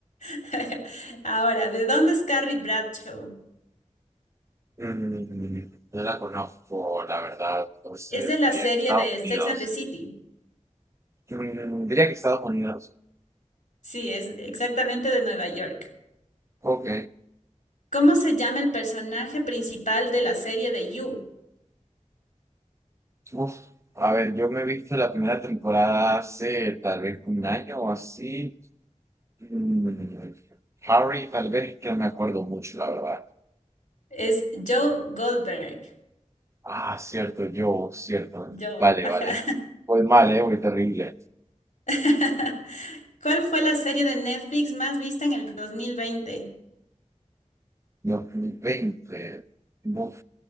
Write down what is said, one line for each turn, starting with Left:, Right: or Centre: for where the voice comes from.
Left: <laughs> Ahora, ¿de dónde es Carrie Bradshaw?
Right: Mm, no la conozco, la verdad, entonces
Left: Es de la
Right: diría
Left: serie
Right: que Estados
Left: de Sex
Right: Unidos.
Left: and the City.
Right: Mm, Diría que Estados Unidos.
Left: Sí, es exactamente de Nueva York.
Right: Ok.
Left: ¿Cómo se llama el personaje principal de la serie de You?
Right: Uf, a ver, yo me he visto la primera temporada hace tal vez un año o así. Mm, Harry, tal vez es que no me acuerdo mucho, la verdad.
Left: Es Joe Goldberg.
Right: Ah, cierto, yo, cierto.
Left: Joe,
Right: Vale,
Left: ajá.
Right: vale. Voy mal, eh, voy terrible.
Left: <laughs> ¿Cuál fue la serie de Netflix más vista en el 2020?
Right: 2020. Uf,